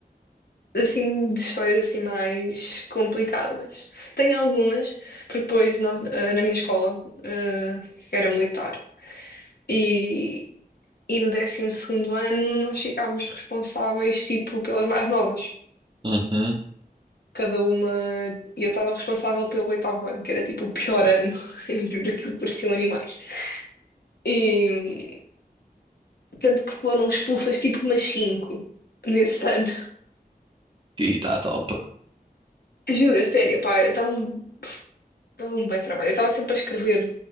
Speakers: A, on the left; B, on the right.
A: Assim, de histórias assim mais complicadas. Tenho algumas, porque depois nós, ah, na minha escola, ah, era militar. E, e no décimo segundo ano nós ficávamos responsáveis, tipo, pelas mais novas.
B: uhum.
A: Cada uma... E eu estava responsável pelo oitavo ano, que era tipo o pior ano. <laughs> Eu juro, aquilo pareciam animais. E tanto que foram expulsas tipo umas cinco nesse ano.
B: E tá top.
A: Juro, a sério, pá, eu dava um, dava um bem trabalho. Eu estava sempre a escrever,